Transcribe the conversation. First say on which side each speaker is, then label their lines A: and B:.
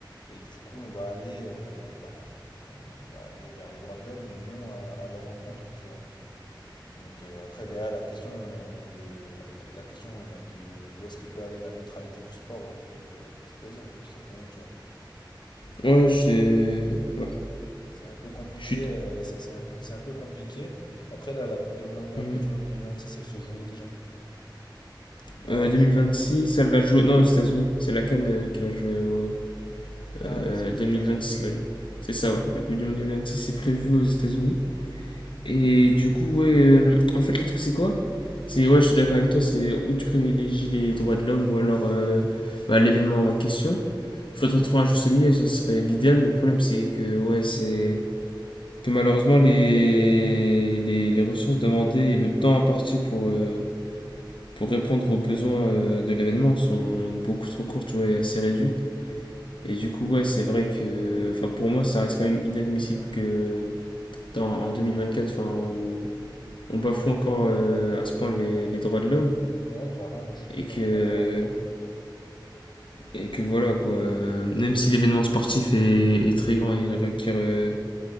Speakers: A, on the left; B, on the left.
A: Et du coup, on va aller, euh, bah, on va aller vers les droits de l'homme et non à, à leur encontre, tu vois? Donc euh, après, derrière, la question euh, de, la, la- la question euh, de où est-ce que peut aller la neutralité du sport euh, peut, peut- peut se poser, en fait, tout simplement, tu vois.
B: Ouais,
A: Donc
B: je,
A: euh,
B: ouais,
A: c'est un peu compliqué,
B: je suis.
A: euh, c'est c'est un, c'est un peu compliqué. Après, là, la Coupe de Mon- la
B: Mhm.
A: Coupe du Monde 2026, elle se joue où déjà? Au Maroc,
B: Euh, 2026,
A: je crois, non?
B: ça elle va jouer. Non, aux États-Unis. C'est la CAN euh, qui va jouer au-
A: Ah,
B: euh,
A: c'est aux
B: 2026.
A: États-Unis.
B: ouais, C'est ça, ouais. La Coupe du Monde 2026 est prévue aux États-Unis. Et du coup, ouais, euh, en fait, le truc, c'est quoi? C'est, ouais, je suis d'accord avec toi, c'est où tu privilégies les droits de l'homme ou alors euh, bah, l'événement en question. Il faudrait trouver un juste milieu, ça serait l'idéal, mais le problème, c'est que, ouais, c'est que malheureusement, les, les, les ressources demandées et le temps imparti pour, euh, pour répondre aux besoins euh, de l'événement sont beaucoup trop courts, tu vois, et assez réduits. Et du coup, ouais, c'est vrai que enfin, pour moi, ça reste quand même inadmissible que dans, en quatre enfin, on, on bafoue encore euh, à ce point les, les droits de l'homme.
A: Ouais, clairement, moi, je suis
B: Et
A: tout
B: que,
A: à fait d'accord avec toi.
B: et que voilà, quoi. Euh, Même si l'événement sportif est, est très grand et requiert. euh,